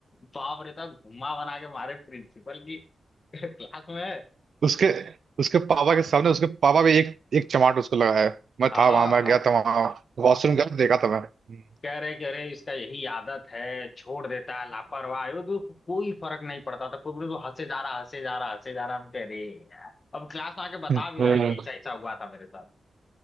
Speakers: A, on the left (about 35°); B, on the right (about 55°).
A: बाप रे था घुमा बना के मारे प्रिंसिपल की <laughs> क्लास में है
B: उसके उसके पापा के सामने उसके पापा भी एक एक चमाट उसको लगाया मैं
A: हाँ
B: था वहां मैं गया था वहां वॉशरूम गया देखा था मैंने
A: कह रहे कह रहे इसका यही आदत है छोड़ देता है लापरवाह है, वो तो उसको कोई फर्क नहीं पड़ता था कोई बोले तो हंसे जा रहा हंसे जा रहा हंसे जा रहा हम कह रहे यार अब क्लास में आके बता
B: हम्म।
A: भी रहा है कि ऐसा ऐसा हुआ था मेरे साथ